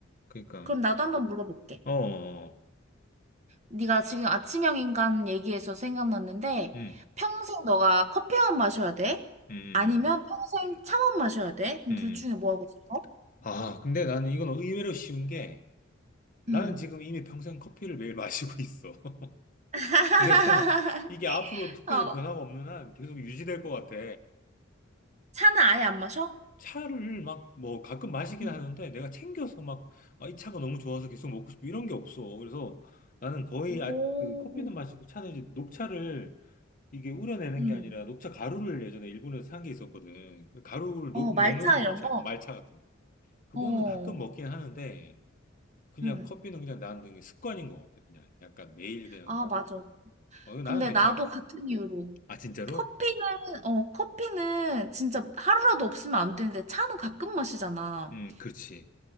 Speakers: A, on the left; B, on the right.
A: 그러니까,
B: 그럼 나도 한번 물어볼게.
A: 어, 어, 어.
B: 네가 지금 아침형 인간 얘기해서 생각났는데
A: 음,
B: 평생 너가 커피만 마셔야 돼?
A: 음,
B: 아니면 평생 차만 마셔야 돼? 그럼
A: 음,
B: 둘
A: 음.
B: 중에
A: 음.
B: 뭐 하고 싶어?
A: 아, 근데 나는 이건 의외로 쉬운 게 나는
B: 응.
A: 지금 이미 평생 커피를 매일 마시고 있어. <laughs>
B: <laughs>
A: 그래서 이게 앞으로 특별히
B: 어,
A: 변화가 없는 한 계속 유지될 것 같아.
B: 차는 아예 안 마셔?
A: 차를 막 뭐 가끔 마시긴
B: 응.
A: 하는데 내가 챙겨서 막, 아, 이 차가 너무 좋아서 계속 먹고 싶고 이런 게 없어. 그래서 나는 거의
B: 오.
A: 아, 그 커피는 마시고 차는 이제 녹차를 이게 우려내는
B: 응.
A: 게 아니라 녹차 가루를 예전에 일본에서 산 게 있었거든. 그 가루를
B: 어,
A: 녹,
B: 말차
A: 녹는 녹차,
B: 이런 거?
A: 어, 말차 같은 거. 그거는
B: 어.
A: 가끔 먹긴 하는데 그냥
B: 응,
A: 커피는 그냥 나는 그게 습관인 것 같아. 그냥 약간 매일 그냥
B: 아,
A: 먹는
B: 맞아.
A: 게. 어, 나는
B: 근데
A: 괜찮을
B: 나도
A: 것 같아.
B: 같은 이유로.
A: 아, 진짜로?
B: 커피는, 어, 커피는 진짜 하루라도 없으면 안 되는데 차는 가끔 마시잖아.
A: 음, 그렇지.